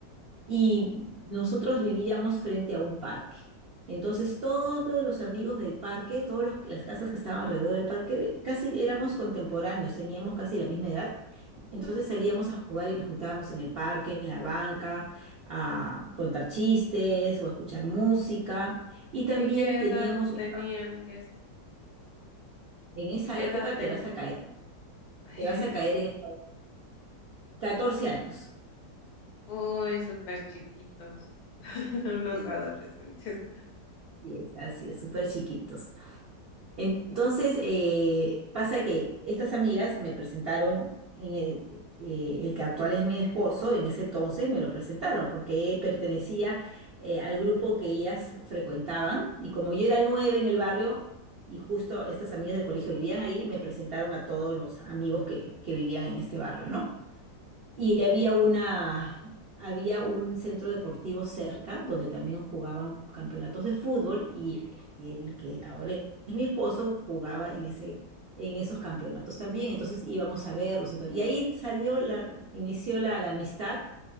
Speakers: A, on the right; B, on the left.
A: y nosotros vivíamos frente a un parque. Entonces todos los amigos del parque, todas las casas que estaban alrededor del parque, casi éramos contemporáneos, teníamos casi la misma edad. Entonces salíamos a jugar y nos juntábamos en el parque, en la banca, a contar chistes o a escuchar música. Y también
B: y qué
A: teníamos
B: edad
A: un
B: tenían,
A: campo-
B: Jess.
A: en esa
B: ¿Qué
A: época
B: edad tenían?
A: te vas a caer,
B: Ajá. <laughs>
A: te vas a caer en esa- 14 años.
B: Uy, súper chiquitos, <laughs> unos
A: sí.
B: adolescentes.
A: Así es, así es, súper chiquitos. En- Entonces, eh, pasa que estas amigas me presentaron en el, eh, el que actual es mi esposo, en ese entonces me lo presentaron porque pertenecía eh, al grupo que ellas frecuentaban y como yo era nueve en el barrio y justo estas amigas del colegio vivían ahí, me presentaron a todos los amigos que, que vivían en este barrio, ¿no? Y había una, había un centro deportivo cerca donde también jugaban campeonatos de fútbol y el que ahora es mi esposo jugaba en ese, en esos campeonatos también. Entonces íbamos a verlos y todo. Y ahí salió la, inició la, la amistad